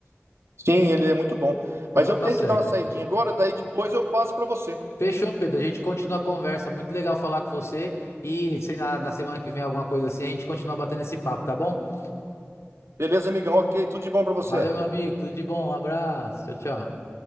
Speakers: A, on the right; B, on the left.
A: Sim, ele é muito bom. Mas
B: Não,
A: eu
B: tá
A: tenho
B: certo.
A: que dar uma saidinha agora, daí depois eu passo para você.
B: Fechou, Pedro. A gente continua a conversa. Muito legal falar com você. E sei lá, na semana que vem, alguma coisa assim, a gente continua batendo esse papo, tá bom?
A: Beleza, amigão? Ok, tudo de bom para você.
B: Valeu, meu amigo. Tudo de bom. Um abraço. Tchau, tchau.